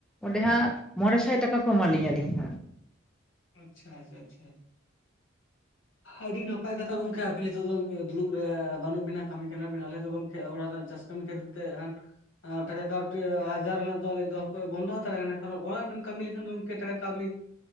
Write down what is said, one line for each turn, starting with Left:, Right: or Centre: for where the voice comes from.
Centre: ᱚᱸᱰᱮ ᱦᱟᱸᱜ ᱢᱚᱬᱮ ᱥᱟᱭ ᱴᱟᱠᱟ ᱠᱚ ᱮᱢᱟ ᱞᱤᱧᱟᱹ ᱟᱹᱞᱤᱧ ᱦᱟᱸᱜ,
Left: ᱟᱪᱪᱷᱟ ᱟᱪᱷᱟ ᱟᱪᱪᱷᱟ, ᱟᱹᱰᱤ ᱱᱟᱯᱟᱭ ᱠᱟᱛᱷᱟ ᱜᱚᱝᱠᱮ ᱟᱵᱤᱱ ᱱᱤᱛᱚᱜ ᱫᱚ ᱫᱩᱲᱩᱵ ᱨᱮ ᱵᱟᱹᱱᱩᱜ ᱵᱤᱱᱟ ᱠᱟᱹᱢᱤ ᱠᱟᱱᱟ ᱵᱤᱱ ᱟᱞᱮ ᱫᱚ ᱜᱚᱝᱠ ᱚᱲᱟᱜ ᱨᱮᱱᱟᱜ ᱪᱟᱥ ᱠᱟᱹᱢᱤ ᱠᱷᱟᱹᱛᱤᱨ ᱛᱮ ᱮᱱᱠᱷᱟᱱ ᱴᱟᱠᱟ ᱠᱟᱹᱣᱰᱤ ᱟᱨᱡᱟᱣ ᱨᱮᱱᱟᱜ ᱫᱚ ᱟᱞᱮᱭᱟᱜ ᱫᱚ ᱵᱚᱱᱫᱚ ᱦᱟᱛᱟᱲ ᱠᱟᱱᱟ ᱠᱟᱨᱚᱱ ᱚᱲᱟᱜ ᱨᱮᱢ ᱠᱟᱹᱢᱤ ᱞᱮᱠᱷᱟᱱ ᱜᱚᱝᱠᱮ ᱴᱟᱠᱟ ᱠᱟᱹᱢᱤ